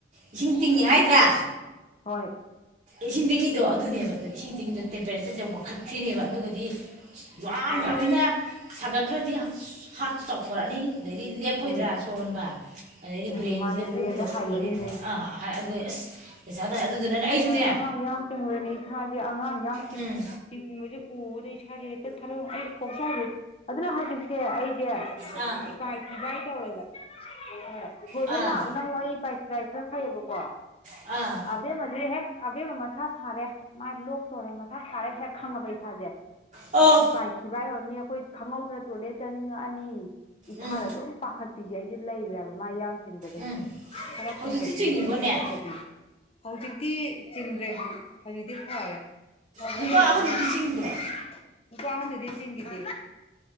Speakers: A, on the right; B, on the left.
A: ꯏꯁꯤꯡ ꯇꯤꯡꯉꯦ ꯍꯥꯏꯗ꯭ꯔꯥ
B: ꯍꯣꯏ
A: ꯏꯁꯤꯡ ꯇꯦꯡꯒꯤꯗꯣ ꯑꯗꯨꯅꯦꯕ ꯑꯗꯣ ꯏꯁꯤꯡ ꯇꯦꯡꯒꯤꯗꯣ ꯇꯦꯝꯄꯔꯦꯆꯔꯁꯦ ꯋꯥꯡꯈꯠꯇ꯭ꯔꯤꯅꯦꯕ ꯑꯗꯨꯒꯗꯤ ꯌꯥꯝꯈ꯭ꯔꯕꯅꯤꯅ
B: ꯃꯥꯅꯦ
A: ꯁꯥꯒꯠꯈ꯭ꯔꯗꯤ ꯍꯥꯔꯠꯇꯨ ꯆꯥꯎꯊꯣꯔꯛꯑꯅꯤ ꯑꯗꯩꯗꯤ ꯂꯦꯞꯄꯣꯏꯗ꯭ꯔꯥ
B: ꯎꯝ
A: ꯁꯣꯔ ꯍꯣꯟꯕ ꯑꯗꯩꯗꯤ
B: ꯎꯝ
A: ꯕ꯭ꯔꯦꯟꯁꯤꯗ
B: ꯃꯥꯅꯦ ꯕ꯭ꯔꯦꯟꯗ
A: ꯀꯣꯀꯤꯗ
B: ꯍꯥꯏꯒꯠꯂꯤꯅꯦ
A: ꯐꯨꯒꯅꯤ ꯑꯥ ꯑꯗꯨꯅꯦ ꯑꯁ ꯄꯩꯁꯥꯗ ꯑꯗꯨꯗꯨꯅꯅꯦ
B: ꯏꯕꯦꯝꯃ
A: ꯑꯩꯁꯨꯅꯦ
B: ꯑꯉꯥꯡ ꯌꯥꯡ ꯆꯤꯡꯉꯨꯔꯅꯤ ꯢꯁꯥꯁꯦ ꯑꯉꯥꯡ ꯌꯥꯡ ꯆꯤꯡ
A: ꯎꯝ
B: ꯆꯤꯡꯕꯁꯦ ꯎꯕꯗ ꯏꯁꯥꯁꯦ ꯍꯦꯛꯇ ꯊꯔ ꯑꯩ ꯀꯣꯛꯆꯧꯕꯤ ꯑꯗꯨꯅꯦ ꯍꯥꯏꯖꯦ ꯁꯦ ꯑꯩꯁꯦ
A: ꯑꯥ
B: ꯏꯄꯥꯏ ꯊꯤꯕꯥꯏ ꯇꯧꯋꯦꯕ ꯑꯦ ꯊꯣꯏꯕ
A: ꯑꯥ
B: ꯅꯥꯕꯅ ꯑꯃꯨꯛ ꯑꯩ ꯏꯄꯥꯏ ꯊꯤꯄꯥꯏ ꯈꯔ ꯐꯩꯌꯦꯕꯀꯣ
A: ꯑꯥ
B: ꯑꯕꯦꯝꯃꯁꯦ ꯍꯦꯛ ꯑꯕꯦꯝꯃ ꯃꯁꯥ ꯁꯥꯔꯦ ꯃꯥꯏꯅ ꯂꯣꯛ ꯇꯧꯔꯦ ꯃꯁꯥ ꯁꯥꯔꯦ ꯍꯦꯛ ꯈꯪꯉꯕ ꯏꯁꯥꯁꯦ
A: ꯑꯣ
B: ꯏꯄꯥꯥꯏ ꯊꯤꯐꯥꯏ ꯍꯧꯔꯅꯤ ꯑꯩꯈꯣꯏ ꯈꯪꯍꯧꯗꯅ ꯇꯣꯏꯂꯦꯠ ꯆꯥꯅꯤꯡꯉꯛꯑꯅꯤ ꯏꯁꯥꯗ
A: ꯎꯝ
B: ꯑꯗꯨꯝ ꯄꯥꯈꯠꯄꯤꯁꯦ ꯑꯩꯁꯦ ꯂꯩꯈ꯭ꯔꯦꯕ ꯃꯥ ꯌꯥꯡ ꯆꯤꯡꯕꯗꯒꯤ
A: ꯎꯝ
B: ꯈꯔ <unintelligible>
A: ꯍꯧꯖꯤꯛꯇꯤ
B: ꯈꯔ
A: ꯆꯤꯡꯉꯤꯕꯣꯅꯦ
B: ꯀꯝ <unintelligible> ꯍꯧꯖꯤꯛꯇꯤ ꯆꯤꯡꯗ꯭ꯔꯦ ꯍꯧꯖꯤꯛꯇꯤ ꯐꯔꯦ <unintelligible> <unintelligible>
A: ꯅꯨꯄꯥ ꯑꯍꯟꯗꯨꯗꯤ ꯆꯤꯡꯕ꯭ꯔꯣ
B: ꯅꯨꯄꯥ ꯑꯍꯥꯟꯗꯨꯗꯤ ꯆꯤꯡꯒꯤꯗꯤ